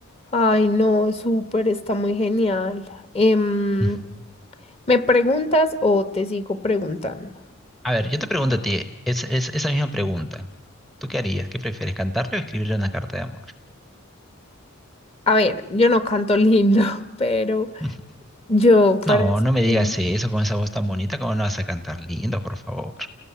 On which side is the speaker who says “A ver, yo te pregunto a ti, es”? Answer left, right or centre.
Centre